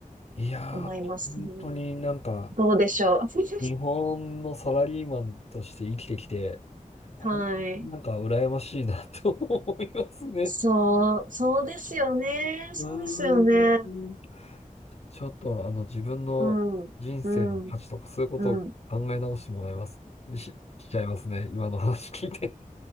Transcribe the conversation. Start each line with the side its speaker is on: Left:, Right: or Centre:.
Left: い。いやー、
Right: 思いますね。
Left: 本当になんか、
Right: どうでしょう。<laughs>
Left: 日本のサラリーマンとして生きてきて、本当になんか羨ましいなと思いますね。
Right: はい。そう、そうですよね。そうですよね。
Left: うーん。ちょっとあの自分の人生の価値とかそういうことを考え直してもらいます。
Right: うん、うん、うん。
Left: し、しちゃいますね。今の話聞いて。